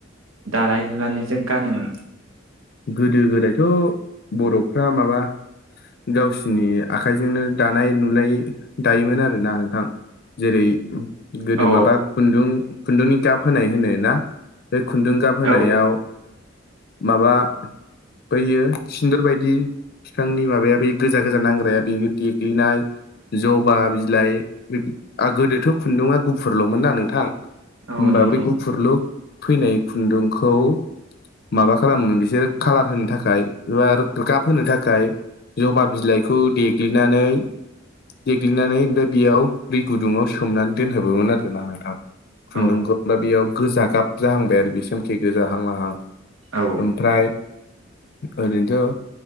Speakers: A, on the right; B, on the left.
A: दानाय लुनानैजों गानोमोन
B: गोदो गोदायथ' बर'फ्रा माबा गावसिनि आखाइजोंनो दानाय लुनाय दायोमोन आरोना नोंथां जेरै गोदो
A: अ
B: माबा खुन्दुं खुन्दुंनि गाब होनाय होनो ना बे खुन्दुं गाब होनायाव
A: औ
B: माबा बैयो सिन्दर बायदि बिफांनि माबाया बे गोजा गोजा नांग्राया बेयो देग्लिनाय जबा बिलाइ गोदोथ' खुन्दुङा गुफुरल'मोन ना नोंथां
A: औ
B: होमबा
A: नंगौ
B: बेै गुफुरलु फैनाय खुन्दुंखौ माबा खालामो बिसोर खालार होनो थाखाय एबा गाब होनो थाखाय जबा बिलाइखौ देग्लिनानै देग्लिनानै ओमफ्राय बेयाव दै गुदुङाव सोमनानै दोनहाबोमोन आरोना नोंथां खुन्दुंखौ
A: औ
B: बेयाव गोजा गाब जाहांबाय आरो बे सोमखे गोजाहां माहां।
A: औ
B: ओमफ्राय ओरैनोथ'